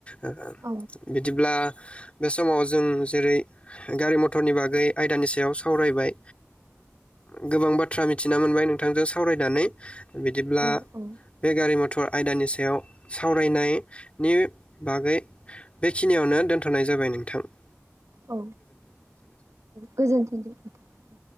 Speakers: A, on the left; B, on the right.
A: ओ।
B: औ
A: बिदिब्ला। बे समाव जों जेरै गारि मटर मटरनि बागै आयदानि सायाव सावरायबाय <unintelligible> गोबां बाथ्रा मिथिना मोनबाय नों बिथांजों सावरायनानै बिदिब्ला
B: औ औ
A: बे गारि मथर आयदानि सायाव सावरायनाय नि बागै <unintelligible> बेखिनियावनो दोनथ'नाय जाबाय नोंथां ।
B: औ गोजोनथों दे ।